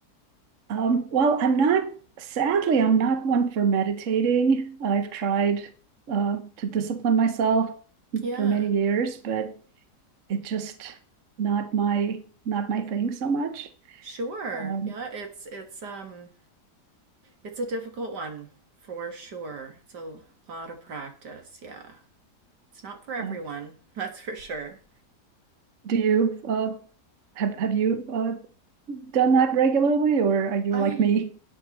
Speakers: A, on the right; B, on the right.
A: Um, well, I'm not, sadly, I'm not one for meditating. I've tried uh, to discipline myself
B: Yeah,
A: for many years, but it just not my not my thing so much.
B: sure.
A: Um,
B: Yeah, it's it's um it's a difficult one for sure. It's a lot of practice, yeah. It's not for everyone,
A: uh,
B: <laughs> that's for sure.
A: do you uh, have have you uh, done that regularly, or are you
B: I
A: like me?